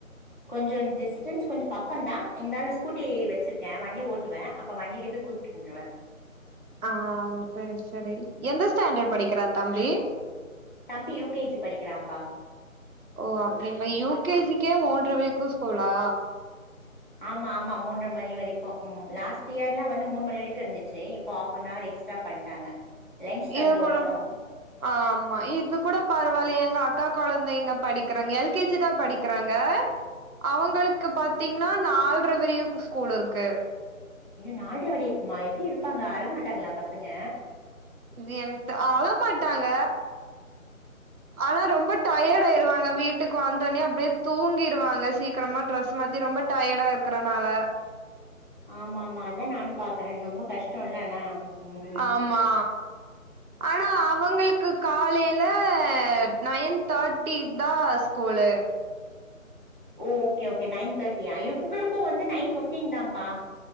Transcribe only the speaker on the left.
கொஞ்சொ டிஸ்டன்ஸ் கொஞ்ச பக்கம் தா இந்தாலு கூட்டி வச்ருக்கே வண்டி ஓட்டுவே அப்ப வண்டிலேயே போய் கூட்டு வந்ருவே
தம்பி யூ கே ஜி படிக்றாப்பா
ஆமா ஆமா மூன்ற மணி வரைக்கு ம் லாஸ்ட் இயர் லா வந்து மூனு மணி வரைக்கு இருந்துச்சி இப் ப ஹாஃப் அன் அவர் எக்ஸ்ட்ரா பண்ட்டாங்க லன்ஞ்ச் தந்து
விணும்
ஐயோ நால்ர வரியு இருக்குமா எப்டி இருப்பாங்க அழமாட்டாங்ளா பசங்க
ஆமா ஆமா அதா நானும் பாக்குற ரொம்ப கஷ்டல்ல ஆனா ம்
ஓ ஓகே ஓகே நைன் தேர்டியா இவுங்களுக்கு வந்து நைன் பிஃப்டின் தான்பா